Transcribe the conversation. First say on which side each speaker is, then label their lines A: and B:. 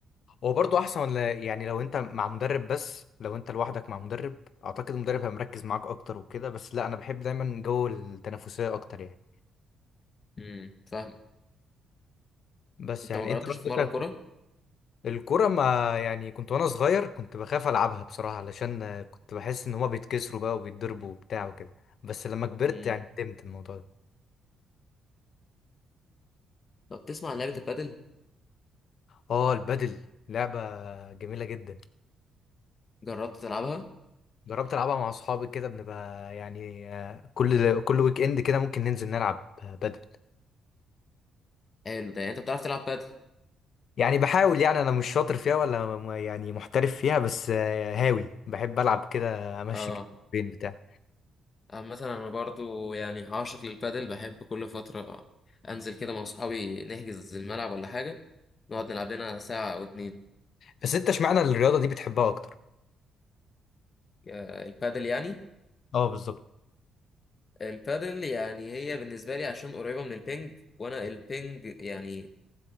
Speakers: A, on the left (about 60°); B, on the left (about 35°).
A: هو برضه أحسن ولا يعني لو أنت مع مدرب بس لو أنت لوحدك مع مدرب أعتقد المدرب هيبقى مركز معاك أكتر وكده بس لا أنا بحب دايما جو التنافسية أكتر يعني
B: امم فاهم
A: بس
B: انت
A: يعني
B: ما جربتش
A: أنت برضك
B: تتمرن كوره
A: الكورة ما يعني كنت وأنا صغير كنت بخاف ألعبها بصراحة علشان كنت بحس إن هما بيتكسروا بقى وبيتضربوا وبتاع وكده بس لما كبرت
B: امم
A: يعني فهمت الموضوع ده
B: طب تسمع عن لعبه البادل
A: اه البادل لعبة جميلة جدا
B: جربت تلعبها
A: جربت العبها مع اصحابي كده بنبقى يعني آه، كل كل ويك اند كده ممكن ننزل نلعب آه، بدل
B: حلو ده يعني انت بتعرف تلعب بادل
A: يعني بحاول يعني انا مش شاطر فيها ولا م- يعني محترف فيها بس آه، هاوي بحب العب كده امشي
B: اه
A: بين بتاع
B: مثلا انا برضو يعني عاشق للبادل بحب كل فتره انزل كده مع اصحابي نحجز الملعب ولا حاجه نقعد نلعب لنا ساعه او اتنين
A: بس انت اشمعنى الرياضه دي بتحبها اكتر
B: آه، البادل يعني
A: اه بالظبط
B: البادل يعني هي بالنسبة لي عشان قريبة من البينج وأنا البينج يعني